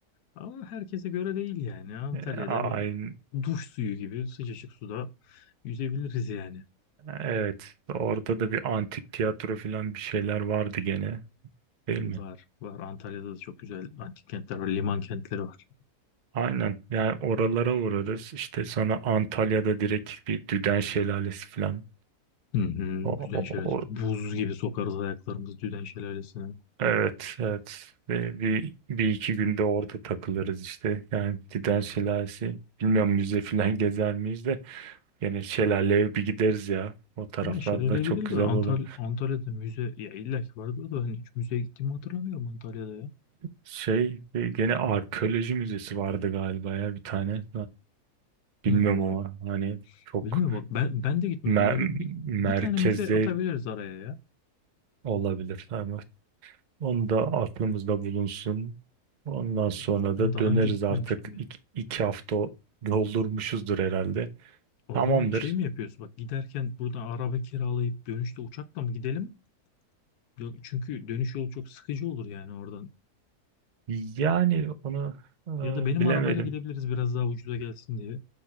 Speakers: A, on the left; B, on the right.
A: ama herkese göre değil yani Antalya'da
B: E, Aynen.
A: böyle duş suyu gibi sıcacık suda yüzebiliriz yani.
B: Evet, orada da bir antik tiyatro falan bir şeyler vardı gene, değil
A: Var
B: mi?
A: var Antalya'da da çok güzel antik kentler var liman kentleri var.
B: Aynen. Yani oralara uğrarız. İşte sonra Antalya'da direkt bir Düden Şelalesi falan.
A: Hı hı,
B: O,
A: Düden
B: o-
A: Şelalesi
B: o-
A: buz gibi sokarız ayaklarımızı Düden Şelalesi'ne.
B: evet, evet. Ve bir, bir iki günde orada takılırız işte. Yani Düden Şelalesi. Bilmiyorum müze falan <laughs> gezer miyiz de. yine şelaleye bir gideriz ya. O taraflarda
A: Ya Şelale
B: çok
A: gidilir
B: güzel
A: de Antal
B: olur.
A: Antalya'da müze ya illa ki vardır da hani hiç müzeye gittiğimi hatırlamıyorum Antalya'da ya.
B: Şey, e, gene arkeoloji müzesi vardı galiba ya bir tane. Bilmiyorum
A: Hı.
B: ama hani çok
A: Bilmiyorum bak ben ben de gitmedim.
B: mer-
A: Böyle bir
B: merkezde
A: bir tane müze atabiliriz araya ya.
B: olabilir. Ama onu da aklımızda bulunsun. Ondan
A: Ben
B: sonra
A: ben
B: da
A: daha
B: döneriz
A: önce gitmemiştim
B: artık
A: ya.
B: iki, iki hafta doldurmuşuzdur herhalde.
A: O
B: Tamamdır.
A: zaman şey mi yapıyorsun? Bak giderken buradan araba kiralayıp dönüşte uçakla mı gidelim? Yo- Çünkü dönüş yolu çok sıkıcı olur yani oradan.
B: Yani onu e,
A: Ya da benim
B: bilemedim.
A: arabayla gidebiliriz biraz daha ucuza gelsin diye.